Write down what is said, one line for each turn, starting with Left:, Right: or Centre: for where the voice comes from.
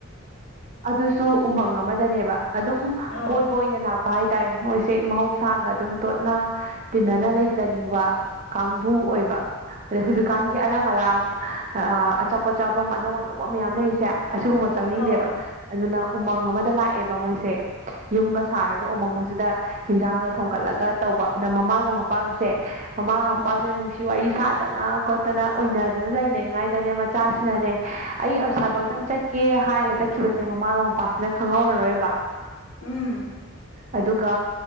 Right: ꯑꯗꯨꯁꯨ ꯎꯃꯪ ꯑꯃꯗꯅꯦꯕ ꯑꯗꯨꯝ
Left: ꯑꯧ
Right: ꯀꯣꯏꯕ ꯑꯣꯏꯅ ꯂꯥꯛꯄ ꯄꯚꯥꯏ ꯇꯔꯦ ꯃꯣꯏꯁꯦ ꯃꯍꯧꯁꯥꯒ ꯑꯗꯨꯝ ꯇꯣꯠꯅ ꯇꯤꯟꯅꯅ ꯂꯩꯖꯅꯤꯡꯕ ꯀꯥꯡꯕꯨ ꯑꯣꯏꯕ ꯑꯗꯩ ꯍꯧꯖꯤꯛꯀꯥꯟꯒꯤ
Left: ꯑꯣ
Right: ꯑꯔꯥꯡ ꯑꯔꯥꯛ ꯑꯆꯥꯄꯆꯥꯥꯐꯝ ꯑꯅꯧ ꯑꯅꯧꯕ ꯃꯌꯥꯝ ꯂꯩꯔꯤꯁꯦ ꯑꯁꯤꯒꯨꯝꯕ ꯆꯪꯅꯤꯡꯗꯦꯕ
Left: ꯑꯧ
Right: ꯑꯗꯨꯅ ꯎꯃꯪ
Left: ꯑꯣ
Right: ꯑꯃꯗ ꯂꯥꯛꯑꯦꯕ ꯃꯣꯏꯁꯦ ꯌꯨꯝꯒ
Left: ꯎꯝ
Right: ꯁꯥꯔꯒ ꯎꯃꯪꯁꯤꯗ ꯍꯤꯟꯖꯥꯡꯒ ꯊꯣꯒꯠꯂꯒ ꯇꯧꯕ ꯑꯗ ꯃꯃꯥꯒ ꯃꯄꯥꯒꯁꯦ ꯃꯃꯥꯒ
Left: ꯎꯝ
Right: ꯃꯄꯥꯁꯤꯅ ꯅꯨꯡꯁꯤ ꯋꯥꯔꯤ ꯁꯥ ꯐꯠꯇꯅ ꯈꯣꯠꯇꯅ ꯑꯣꯏꯅꯗꯅ ꯂꯩꯅꯉꯥꯏꯗꯅꯦ ꯃꯆꯥꯁꯤꯅꯅꯦ ꯑꯩ ꯑꯁꯥꯕꯛꯇꯪ ꯆꯠ ꯀꯦ ꯍꯥꯏꯔꯒ ꯆꯠꯈꯤꯕꯁꯦ ꯃꯃꯥꯒ ꯃꯄꯥꯁꯤꯅ ꯈꯪꯍꯧꯔꯔꯣꯏꯕ
Left: ꯎꯝ
Right: ꯑꯗꯨꯒ